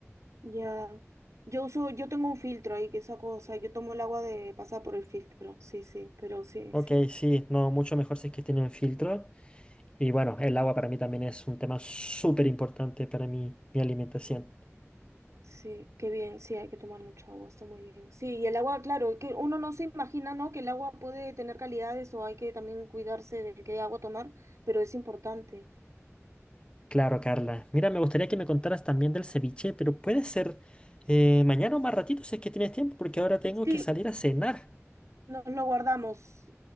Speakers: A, on the right; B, on the left.
A: ya. Yo uso, yo tengo un filtro ahí que saco, o sea, yo tomo el agua de pasar por el filtro. Sí, sí, pero sí,
B: Ok,
A: sí.
B: sí, no, mucho mejor si es que tienen filtro. Y bueno, el agua para mí también es un tema súper importante para mi mi alimentación.
A: Sí, qué bien, sí, hay que tomar mucha agua, está muy bien. Sí, y el agua, claro, que uno no se imagina, ¿no? Que el agua puede tener calidades o hay que también cuidarse de qué agua tomar, pero es importante.
B: Claro, Carla. Mira, me gustaría que me contaras también del ceviche, pero puede ser eh, mañana o más ratito si es que tienes tiempo, porque ahora tengo
A: Sí,
B: que salir a cenar.
A: Nos lo guardamos.